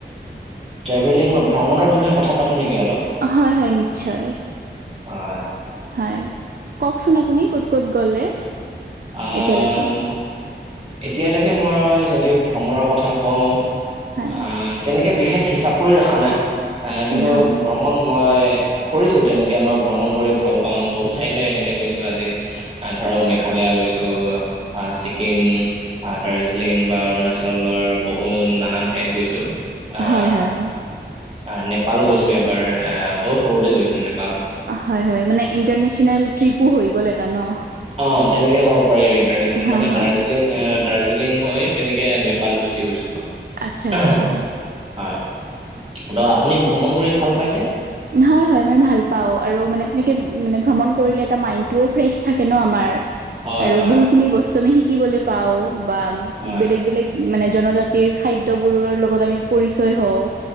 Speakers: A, on the right; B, on the right.
A: ট্ৰেভেলিং ভ্ৰমণৰ বিষয় কথা পাতো নেকি অলপ?
B: হয়-হয় নিশ্চয়
A: হয়,
B: হয়। ককচোন আপুনি ক'ত-ক'ত গ'লে
A: আহ,
B: এতিয়ালৈকে?
A: ম- এতিয়ালৈকে মই যদি ভ্ৰমণৰ কথা কও
B: হয়
A: অ' তেনেকে বিশেষ হিচাপ কৰি ৰাখা নাই আ, কিন্তু
B: হয়
A: ভ্ৰমণ মই কৰিছো তেনেকে মই ভ্ৰমণ কৰি ভাল পাও বহুত ঠাইলৈ এনেকে গৈছো আজি। আ' ধৰক মেঘালয়া গৈছো ছিকিম অ' দাৰ্জিলিং বা অৰুণাচলৰ বহুত নানান ঠাইত গৈছো। আহ,
B: হয় হয়
A: অ' নেপাল গৈছো এবাৰ আহ বহুত সৰুতে গৈছো নেপাল।
B: হয়-হয় মানে ইণ্টাৰনেশ্যনেল ট্ৰিপো হৈ গ'ল এটা ন।
A: অ' তেনেকে ক'ব পাৰি আৰু ইণ্টাৰনেশ্যনেল,
B: হা
A: মানে
B: হা
A: দাৰ্জী <unintelligible> দাৰ্জিলিং হয় তেনেকে নেপাল গুচি গৈছিলো।
B: আচ্ছা
A: হয়
B: আচ্ছা
A: ত আপুনি ভ্ৰমণ কৰি ভাল পায়নে?
B: হয়-হয় মই ভাল পাওঁ, আৰু মানে তেনেকে মানে ভ্ৰমণ কৰিলে এটা মাইন্ডটোও ফ্ৰেছ থাকে ন আমাৰ।
A: হয়
B: আৰু
A: হয়
B: বহুখিনি বস্তু আমি শিকিবলৈ পাওঁ বা
A: হয়
B: বেলেগ-বেলেগ মানে জনজাতিৰ খাদ্য বোৰৰ লগত আমি পৰিচয় হও।